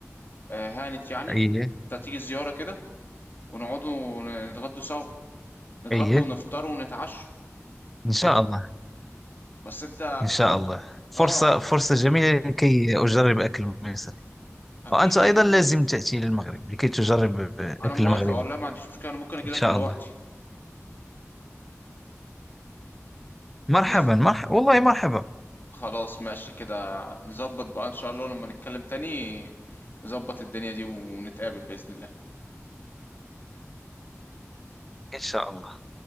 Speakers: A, on the left; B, in the centre.
A: آه، هانت يعني
B: أيه
A: انت تيجي زياره كده ونقعد ونتغدوا سوا نتغدوا
B: أيه
A: ونفطر ونتعشوا
B: إن شاء الله
A: بس انت
B: إن شاء الله فرصة
A: اه
B: فرصة جميلة لكي أجرب أكل مصري
A: اكيد
B: وأنت
A: يا
B: أيضا
A: عم
B: لازم تأتي للمغرب لكي تجرب
A: انا
B: أكل
A: موافق
B: المغربي
A: والله ما عنديش مشكله انا ممكن اجيلك
B: إن شاء
A: دلوقتي
B: الله مرحبا
A: بس
B: مرحبا والله مرحبا
A: خلاص ماشي كده نظبط بقى ان شاء الله لما نتكلم تاني نظبط الدنيا دي ونتقابل بإذن الله
B: ان شاء الله